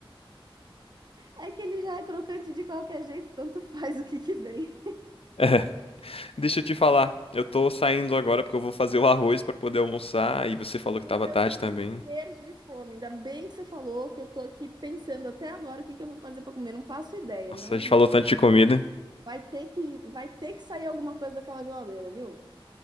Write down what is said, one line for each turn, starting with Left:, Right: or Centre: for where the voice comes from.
Right: É que ele já é crocante de qualquer jeito, tanto faz o que que vem.
Left: <laughs> Deixa eu te falar, eu tô saindo agora porque eu vou fazer o arroz pra poder almoçar e você falou
Right: Menina,
Left: que tava tarde
Right: eu tô
Left: também.
Right: verde de fome. Ainda bem que você falou que eu tô aqui pensando até agora o que que eu vou fazer pra comer. Não faço ideia,
Left: Nossa,
Right: mas
Left: a gente falou
Right: vai ter,
Left: tanto de comida.
Right: vai ter que, vai ter que sair alguma coisa daquela geladeira, viu?